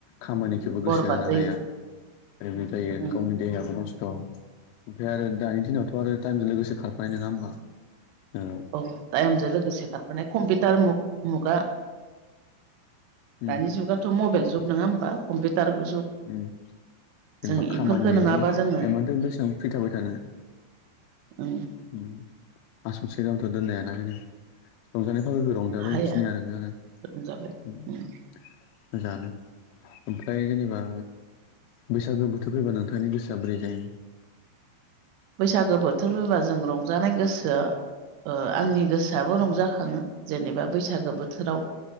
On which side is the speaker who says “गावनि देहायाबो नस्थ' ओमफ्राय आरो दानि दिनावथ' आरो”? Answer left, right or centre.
Left